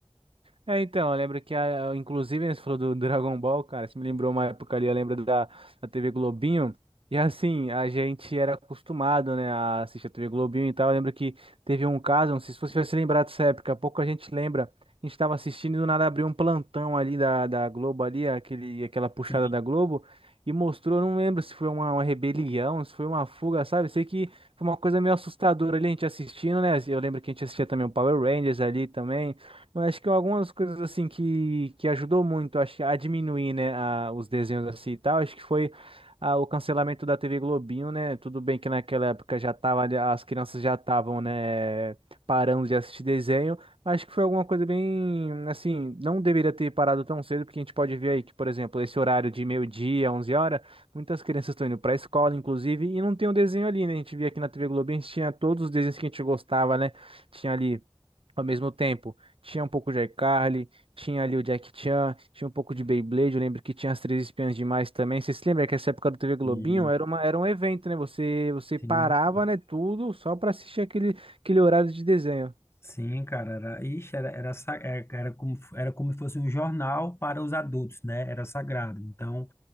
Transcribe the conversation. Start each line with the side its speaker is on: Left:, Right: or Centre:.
Right: É, então, eu lembro que, a, inclusive, né, você falou do Dragon Ball, cara, você me lembrou uma época ali, eu lembro da, da TV Globinho, e assim, a gente era acostumado, né, a assistir a TV Globinho e tal, eu lembro que teve um caso, não sei se você vai se lembrar dessa época, pouco a gente lembra, a gente tava assistindo e do nada abriu um plantão ali da, da Globo ali, aquele, aquela puxada
Left: Sim,
Right: da Globo, e mostrou, eu não lembro se foi uma, uma rebelião, se foi uma fuga, sabe, sei que foi uma coisa meio assustadora ali, a gente assistindo, né, eu lembro que a gente assistia também o Power Rangers ali também, eu acho que algumas coisas assim que, que ajudou muito acho, que a diminuir, né, a- os desenhos assim e tal, acho que foi ah, o cancelamento da TV Globinho, né? Tudo bem que naquela época já tava, ali- as crianças já estavam, né, parando de assistir desenho, mas acho que foi alguma coisa bem, assim, não deveria ter parado tão cedo, porque a gente pode ver aí que, por exemplo, esse horário de meio-dia, 11 horas, muitas crianças estão indo para a escola, inclusive, e não tem um desenho ali, né? A gente via aqui na TV Globinho, a gente tinha todos os desenhos que a gente gostava, né? Tinha ali. Ao mesmo tempo, tinha um pouco de iCarly, tinha ali o Jack Chan, tinha um pouco de Beyblade. Eu lembro que tinha as Três Espiãs Demais também. Vocês se lembram que essa época do TV Globinho
Left: sim,
Right: era uma, era um evento, né? Você, você
Left: sim,
Right: parava, né, tudo só para assistir aquele, aquele horário de desenho.
Left: Sim, cara, era, ixi, era, era, sa- era, era como, era como se fosse um jornal para os adultos, né, era sagrado. Então,